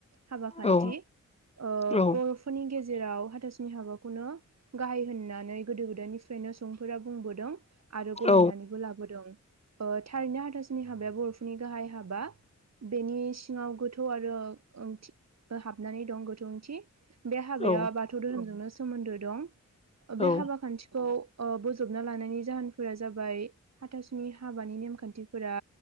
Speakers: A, on the right; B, on the left.
A: हाबा खान्थि
B: औ
A: ओ
B: औ
A: बर'फोरनि गेजेराव हाथासुनि हाबा खौनो गाहाय होननानै गोदो गोदायनिफ्रायनो सुबुंफोरा बुंबोदों आरो गनायनानैबो
B: औ
A: लाबोदों ओ थारैनो हाथासुनि हाबाया बर'फोरनि गाहाय हाबा बेनि सिङाव गोथौ आरो ओंथि हाबनानै दं गोथौ ओंथि बे हाबाया
B: औ
A: बाथौ धोरोमजोंनो सोमोन्दो दं ओ बे
B: औ
A: हाबा खान्थिखौ ओ बोजबना लानायनि जाहोनफोरा जाबाय हाथासुनि हाबानि नेमखान्थिफोरा